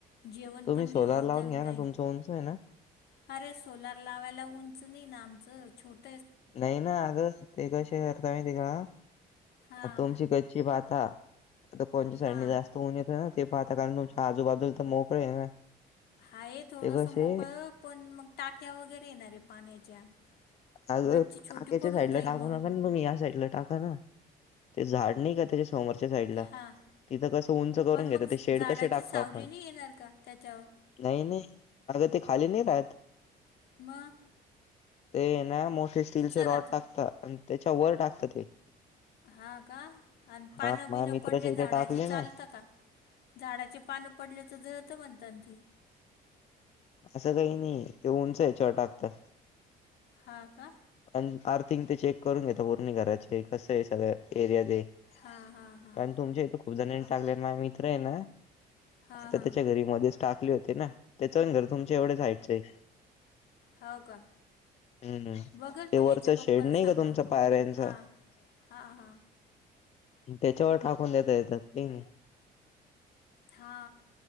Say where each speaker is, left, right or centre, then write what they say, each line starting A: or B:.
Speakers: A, on the left (about 70°); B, on the left (about 40°).
A: जेवण
B: तुम्ही
A: पण
B: सोलार
A: नि होत
B: लावून
A: आणि
B: घ्या ना तुमचं उंच आहे ना?
A: <inaudible> अरे सोलार लावायला उंच नाही ना आमचं छोट
B: नाही ना अगं ते कसे करता माहिती आहे का
A: हां
B: तुमची कच्ची पाता आता कोणच्या साईडने
A: हां
B: जास्त तोन येत ना ते पाहता कारण तुमच्या आजूबाजूला तर मोकळे ना
A: हाय थोडंस
B: ते कसे
A: मोकळं पण मग टाक्या वगैरे येणारे पाण्याच्या
B: अगं
A: गच्ची
B: टाक्याच्या
A: छोटी पडून
B: साईड
A: जाईल
B: ला टाकू
A: मग
B: नका ना तुम्ही या साईड ला टाका ना ते झाड नाही का त्याच्या समोरच्या साईड ला
A: हां
B: तिथं कसं उंच करून
A: पण
B: घेत
A: मग
B: ते शेड
A: झाडाची
B: कसे टाकतो
A: सावली
B: आपण
A: नाही येणार का त्याच्यावर
B: नाही नाही अगं ते खाली नाही राहत.
A: म
B: ते ना मोठे स्टीलचे
A: राहतं
B: रॉड टाकत आणि त्याच्या वर टाकत ते.
A: हा का आणि पानं
B: हा माझ्या
A: बिन
B: मित्राच्या
A: पडले
B: इथे
A: झाडाचे
B: टाकले
A: चालतं
B: ना
A: का? झाडाचे पानं पडले तर जळत हणत ते
B: असं काही नाही ते उंच ह्याच्यावर टाकतात.
A: हा का?
B: आणि आर्थिंग ते चेक करून घेेत पूर्णी घराचे कसं आहे सगळ्या एरिया दे कारण
A: हां हां हां
B: तुमच्या इथे खूप जणांनी टाकले माझ मित्र आहे ना
A: हां
B: आता
A: हां
B: त्याच्या घरी मध्येच टाकले होते ना त्याचंण घर तुमच्या एवढ्या हाईटचं आहे.
A: होओ का
B: हम्म
A: बगर
B: ते वरचा
A: याच्या
B: शेड
A: पप्पाला
B: नाही
A: सांगा
B: का तुमचा पायऱ्यांचा
A: हा हा हा
B: त्याच्यावर टाकून देत येत ते नाही
A: हा